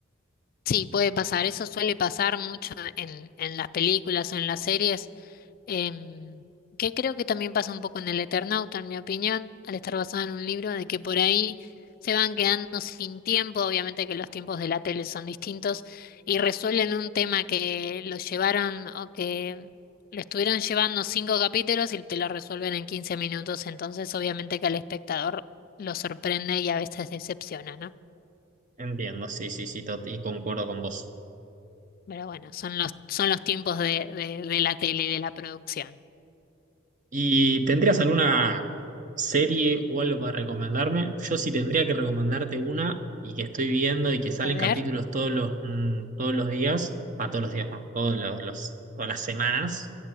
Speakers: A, on the left; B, on the right.
A: sí, puede pasar. Eso suele pasar mucho en, en las películas o en las series. em, que creo que también pasa un poco en el Eternauta, en mi opinión, al estar basado en un libro, de que por ahí se van quedando sin tiempo, obviamente que los tiempos de la tele son distintos, y resuelven un tema que lo llevaron o que lo estuvieron llevando cinco capítulos y te lo resuelven en 15 minutos, entonces obviamente que al espectador lo sorprende y a veces decepciona, ¿no?
B: Entiendo, sí, sí, sí, tot- y concuerdo con vos.
A: Pero bueno, son los, son los tiempos de, de de la tele y de la producción.
B: ¿Y tendrías alguna serie o algo para recomendarme? Yo sí tendría que recomendarte una y que estoy viendo y que salen
A: A ver.
B: capítulos todos los, mm, todos los días, a todos los días no, todos los, los- todas las semanas,